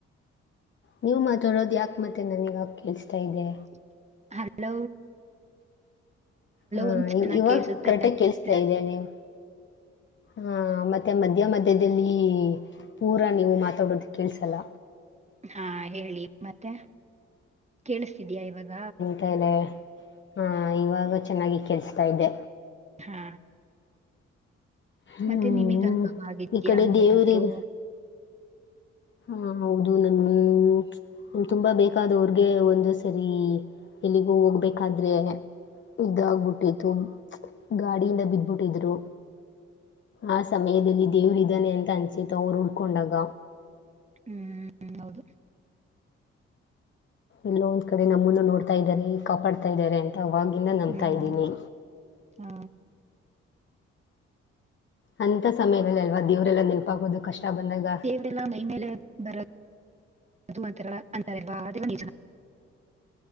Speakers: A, on the left; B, on the right.
A: ನೀವು ಮಾತಾಡೋದು ಯಾಕೆ ಮತ್ತ ನನಗ ಆಗ ಕೇಳಿಸ್ತಾ ಇದೆ
B: <inaudible> ಹಲೋ
A: ಹಾ
B: ಒಂದ್ ಚೆನ್ನಾಗ್
A: ಇವಾಗ
B: ಕೇಳ್ಸುತ್ತೆ
A: ಕರೆಕ್ಟ್
B: ಅನ್ಸುತ್ತೆ
A: ಆಗಿ ಕಲ್ಸ್ತಾ ಇದೀಯ ನೀವು <inaudible> ಹಾ ಮತ್ತೆ ಮಧ್ಯ ಮಧ್ಯದಲ್ಲಿ ಪೂರ ನೀವು ಮಾತಾಡೋದು ಕೇಳಿಸಲ್ಲ
B: ಹಾ ಹೇಳಿ ಮತ್ತೆ <inaudible> ಕೇಳಿಸ್ತಿದಯ ಇವಾಗ
A: ತದೆ ಹಾ ಇವಾಗ ಚೆನ್ನಾಗಿ ಕೆಲ್ಸ್ತಾ ಇದೆ
B: ಹಾ
A: ಹ್ಮ್
B: ಮತ್ತೆ ನಿಮಗ್ ಅನುಭವ ಆಗಿದ್ಯಾ
A: ಈ ಕಡೆ
B: ಹಂಗೇನಾದ್ರು
A: ದೇವ್ರ ಹಾ ಹೌದು ನಮ್ಮವ ತುಂಬಾ ಬೇಕಾದವ್ರಗೆ ಒಂದು ಸರಿ ಎಲ್ಲಿಗೂ ಹೋಗ್ಬೇಕಾದ್ರೆ ಇದಾಗಬಿಟ್ಟಿತ್ತು. ಗಾಡಿಯಿಂದ ಬಿದ್ದಬಿಟ್ಟಿದ್ರು. ಆ ಸಮಯದಲ್ಲಿ ದೇವ್ರು ಇದಾನೆ ಅಂತ ಅನ್ಸತ್ತು ಅವರು ಉಳ್ಕೊಂಡಾಗ
B: ಹ್ಮ್ ಹ್ಮ್ ಹೌದು
A: ಎಲ್ಲೋ ಒಂದ್ ಕಡೆ ನಮ್ಮನ್ನು ನೋಡ್ತಾ ಇದ್ದಾರೆ ಕಾಪಾಡ್ತಾ ಇದಾರೆ ಅಂತ ಅವಾಗಿಂದ ನಂಬ್ತಾ
B: ಹ್ಮ್
A: ಇದೀನಿ.
B: ಹಾ
A: ಅಂಥ ಸಮಯದಲ್ಲಿ ಅಲ್ವಾ ದೇವರೆಲ್ಲ ನೆನಪಾಗೋದು ಕಷ್ಟ ಬಂದಾಗ
B: ಯಲ್ಲ ಮೈಮೇಲೆ ಬರ <inaudible> ಅದು ಅಂತಲ್ಲ ಬಾಳ ಜನ ಅದು ನಿಜಾನಾ